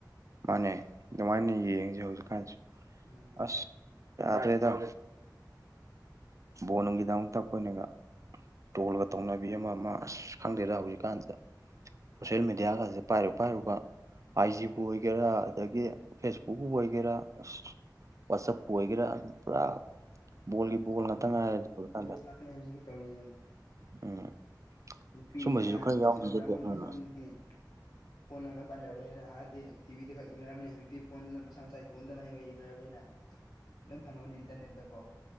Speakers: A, on the right (about 45°); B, on the left (about 65°).
A: ꯃꯥꯅꯦ ꯑꯗꯨꯃꯥꯏꯅ ꯌꯦꯡꯁꯦ ꯍꯧꯖꯤꯛꯀꯥꯟꯁꯤ
B: ꯎꯝ
A: ꯑꯁ ꯌꯥꯗ꯭ꯔꯦꯗꯗ ꯕꯣꯅꯨꯡꯒꯤꯗꯃꯛꯇ ꯑꯩꯈꯣꯏꯅꯒ ꯇꯣꯜꯂꯒ ꯇꯧꯅꯕꯤ ꯑꯃ ꯑꯃ ꯑꯁ ꯈꯪꯗꯦꯗ ꯍꯧꯖꯤꯛꯀꯥꯟꯁꯤꯗ ꯁꯣꯁꯜ ꯃꯦꯗꯤꯌꯥꯒꯁꯦ ꯄꯥꯏꯔꯨ ꯄꯥꯏꯔꯨꯕ ꯑꯥꯢ ꯖꯤ ꯕꯨ ꯑꯣꯏꯒꯦꯔꯥ ꯑꯗꯒꯤ ꯐꯦꯁꯕꯨꯛꯕꯨ ꯑꯣꯏꯒꯦꯔꯥ ꯑꯁ ꯋꯥꯆꯞꯄꯨ ꯑꯣꯏꯒꯦꯔꯥ ꯑꯗꯨ ꯄꯨꯔꯥ ꯕꯣꯜꯒꯤ ꯕꯣꯜ ꯉꯥꯛꯇ
B: ꯃꯥꯅꯦ
A: ꯉꯥꯏꯔꯦ ꯍꯧꯖꯤꯛꯀꯥꯟꯗ
B: ꯐꯨꯠꯕꯣꯜ ꯉꯥꯛꯇꯅꯦ ꯍꯧꯖꯤꯛꯀꯤ ꯇꯧꯔꯤꯁꯦ
A: ꯎꯝ
B: ꯅꯨꯄꯤ
A: ꯁꯨꯝꯕꯁꯤꯁꯨ
B: ꯑꯉꯥꯡ
A: ꯈꯔ ꯌꯥꯎꯗ꯭ꯔꯒꯗꯤ
B: ꯁꯟꯕ꯭ꯔꯥ ꯑꯃꯟꯣꯏ
A: ꯎꯝ
B: ꯑꯣꯏꯅ ꯍꯟꯗꯛ ꯇꯤ ꯐꯣꯟ ꯅꯨꯡ ꯂꫭꯏ ꯄꯥꯟꯅꯔꯕꯅꯤꯅ ꯍꯥꯟꯅꯗꯤ ꯇꯤꯚꯤꯗ ꯈꯛ ꯌꯦꯡꯅꯔꯕꯅꯤ ꯍꯧꯖꯤꯛꯇꯤ ꯐꯣꯟ ꯃꯁꯥ ꯃꯁꯥꯒꯤ ꯐꯣꯟꯗ ꯃꯍꯩ ꯃꯍꯩ ꯌꯦꯡꯅꯔꯕꯅꯤꯅ
A: <unintelligible>
B: ꯂꯣꯏ ꯐꯪꯉꯕꯅꯤ ꯏꯟꯇꯔꯅꯦꯠꯇ ꯀꯣ